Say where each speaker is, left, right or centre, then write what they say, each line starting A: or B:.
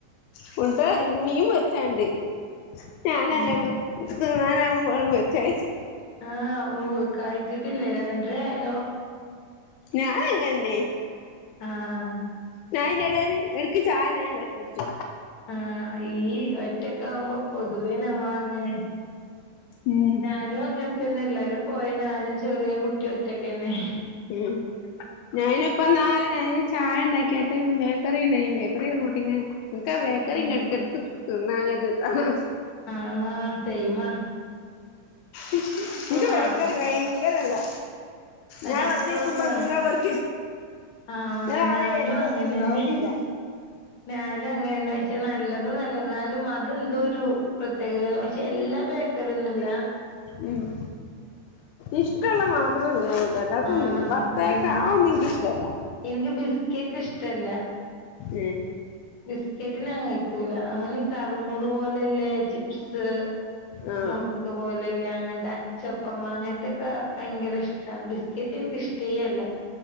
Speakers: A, on the left; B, on the left.
A: ഫുഡ്‌ മീൻ പൊരിച്ചത്ണ്ട് ഞാനല്ലല്ലോ
B: ഉം
A: തിന്നാനാവുമ്പോ <unintelligible>
B: ആഹ് ഓ കഴിച്ചിട്ടില്ലേ രണ്ടര ആയല്ലോ
A: ഞാൻ അങ്ങനന്നെ
B: ആഹ്
A: ഞാനിതിന്റെടേല് ഇടക്ക് ചായ ഞാൻ ഉണ്ടാക്കി കുടിച്ചു
B: ആഹ് ഈ ഒറ്റക്കാവുമ്പോ പൊതുവേ നമ്മളങ്ങനെ
A: ഉം
B: ഞാനും അങ്ങനെത്തന്നെ എല്ലാരും പോയ ഞാനും ചെറിയ കുട്ടി ഒറ്റക്കെന്നെ
A: ഉം ഞാനപ്പോ <unintelligible> ചായ ഉണ്ടാക്കിട്ട് ബേക്കറി <unintelligible> ബേക്കറി കൂട്ടി പിന്നെ ബേക്കറിങ്ങെടക്കെടക്ക്
B: ഉം
A: സന്നരുത <unintelligible>
B: ആഹ് സെയിം ആഹ്
A: എനിക്ക്
B: വേണം
A: ബേക്കറി ഭയങ്കര ഇതാ
B: അതെപ്പഴും
A: ഞാൻ വെറുതെക്കുമ്പോ
B: വേണം
A: ഇങ്ങന പെർ
B: ആഹ്
A: ഞാൻ ആരേം
B: ഞാനും
A: <unintelligible>
B: അങ്ങനെന്നെ
A: ഉണ്ടാവും ഇല്ല
B: ഞാനും അങ്ങനെന്ന പക്ഷെ നല്ലതും നല്ലെന്നാലും അതെന്തോ ഒരു പ്രത്യേകതല്ല പക്ഷെ എല്ലാ ബേ അറിയൊന്നില്ല
A: ഉം ഇഷ്ടമുള്ള മാത്രം തിന്നോളുട്ടാ അല്ലാതൊന്നും
B: ആഹ്
A: <unintelligible> ബേക്കാതൊന്നും
B: അതന്നെ
A: എനിക്ക് ഇഷ്ട്ടല്ല
B: എനിക്ക് ബിസ്ക്കറ്റ് ഇഷ്ടല്ല
A: ഉം
B: ബിസ്ക്കറ്റ് നാൻ കഴിക്കൂല അങ്ങനേ കറ്മുറ് പോലല്ലേ ചിപ്സ്
A: ആ
B: മുറുക്ക് പോലല്ലേ അങ്ങനത്തെ അച്ചപ്പം അങ്ങനത്തൊക്കെ ഭയങ്കര ഇഷ്ടാ ബിസ്ക്കറ്റ് എനക്ക് ഇഷ്ടേഅല്ല